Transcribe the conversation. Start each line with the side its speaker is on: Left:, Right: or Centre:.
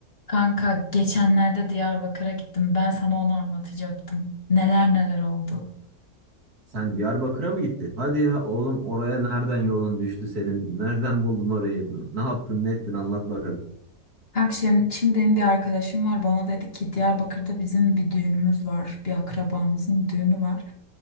Left: Kanka geçenlerde Diyarbakır'a gittim. Ben sana onu anlatacaktım. Neler neler oldu.
Right: Sen Diyarbakır'a mı gittin? Hadi ya oğlum oraya nereden yolun düştü senin? Nereden buldun orayı? Ne yaptın, ne ettin? Anlat bakalım.
Left: Kanka şimdi, şimdi benim bir arkadaşım var. Bana dedi ki Diyarbakır'da bizim bir düğünümüz var. Bir akrabamızın düğünü var.